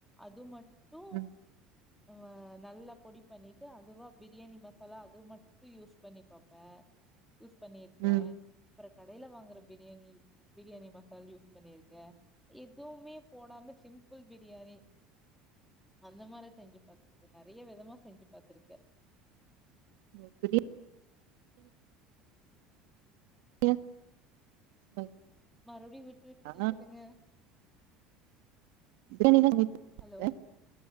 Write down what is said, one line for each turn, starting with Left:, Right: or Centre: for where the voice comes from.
Centre: அது மட்டு
Right: ம்
Centre: அ நல்லா பொடி பண்ணிட்டு அதுவா பிரியாணி மசாலா அது மட்டு யூஸ் பண்ணி பாப்ப யூஸ் பண்ணியிருக்க
Right: ம் ம் ம் ம் ம் ம் ம்
Centre: அப்றோ கடையில வாங்குற பிரியாணி பிரியாணி மசால் யூஸ் பண்ணிருக்கே எதுவுமே போடாம சிம்பிள் பிரியாணி அந்த மாரி செஞ்சு பாத்திருக்கே நெறைய விதமா செஞ்சு பாத்திருக்கே
Right: <unintelligible> <unintelligible>
Centre: மறுபடியு விட்டு விட்டு
Right: ஆ
Centre: கேக்குதுங்க
Right: பிரியாணி தா
Centre: ஹலோ